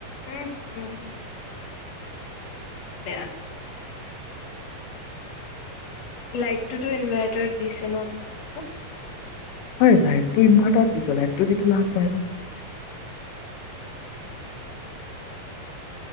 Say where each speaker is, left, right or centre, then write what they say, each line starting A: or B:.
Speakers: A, on the left (about 55°); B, on the left (about 75°).
A: উ, হম, বেয়া কথা বেয়া কথা। লাইটটোতো ইনভাৰ্টাৰত দিছে ন তোমালোকক?
B: হয়, লাইটটো ইনভাৰ্টাৰত দিছে লাইটটো দিটো লাভ নাই ন?
A: এইটো হয়।